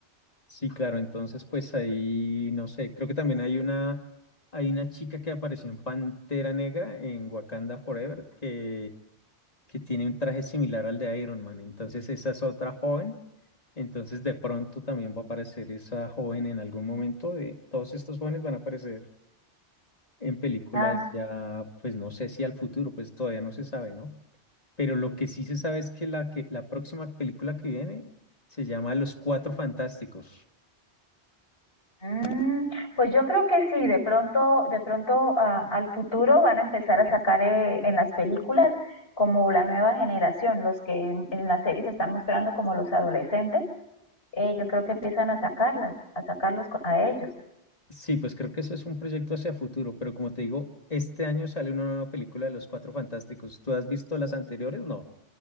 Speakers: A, on the left; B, on the left.
A: Sí, claro, entonces pues ahí, no sé, creo que también hay una, hay una chica que apareció en Pantera Negra, en Wakanda Forever, que, que tiene un traje similar al de Iron Man. Entonces, esa es otra joven. Entonces, de pronto también va a aparecer esa joven en algún momento. De, todos estos jóvenes van a aparecer. en películas
B: Ah,
A: ya, pues no sé si al futuro, pues todavía no se sabe, ¿no? Pero lo que sí se sabe es que la, que, la próxima película que viene se llama Los Cuatro Fantásticos.
B: mm, pues yo creo que sí, de pronto, de pronto ah, al futuro van a empezar a sacar eh, en las películas como la nueva generación, los que en, en las series están mostrando como los adolescentes, eh, yo creo que empiezan a sacarlas, a sacarlos co- a ellos.
A: Sí, pues creo que eso es un proyecto hacia futuro, pero como te digo, este año sale una nueva película de Los Cuatro Fantásticos. ¿Tú has visto las anteriores? No,